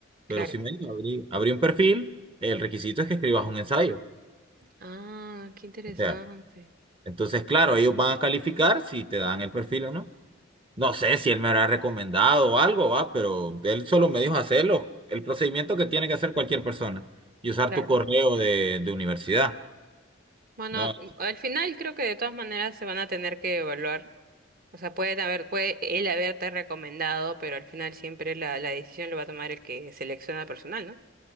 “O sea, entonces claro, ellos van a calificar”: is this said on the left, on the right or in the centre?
Right